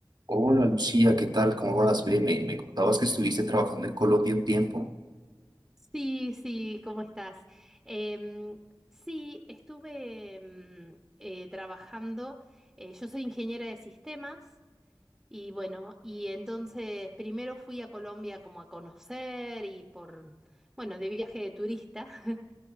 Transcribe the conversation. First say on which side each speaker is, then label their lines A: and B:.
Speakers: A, on the right; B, in the centre.
A: Hola Lucía, ¿qué tal? ¿Cómo vas? Bien, me, me contabas que estuviste trabajando en Colombia un tiempo.
B: Sí, sí, ¿cómo estás? Em, sí, estuve em, eh, trabajando, eh, yo soy ingeniera de sistemas y bueno, y entonces primero fui a Colombia como a conocer y por, bueno, de viaje de turista <laughs>